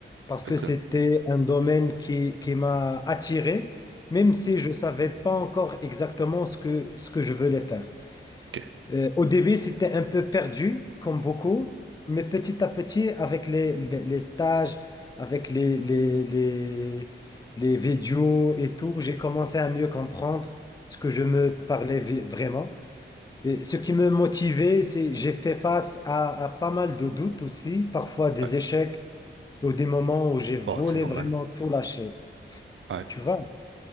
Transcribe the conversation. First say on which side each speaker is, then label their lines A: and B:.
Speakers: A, on the left; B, on the right.
A: parce
B: d'accord,
A: que c'était un domaine qui, qui m'a attiré, même si je ne savais pas encore exactement ce que, ce que je voulais faire.
B: ok.
A: Euh, au début, c'était un peu perdu, comme beaucoup, mais petit à petit, avec les, les, les stages, avec les, les, les, les vidéos et tout, j'ai commencé à mieux comprendre ce que je me parlais vi- vraiment. Et ce qui me motivait, c'est j'ai fait face à, à pas mal de doutes aussi, parfois des
B: Ouais,
A: échecs ou des moments où j'ai voulu
B: bon, c'est normal.
A: vraiment tout lâcher.
B: Ouais.
A: Tu vois?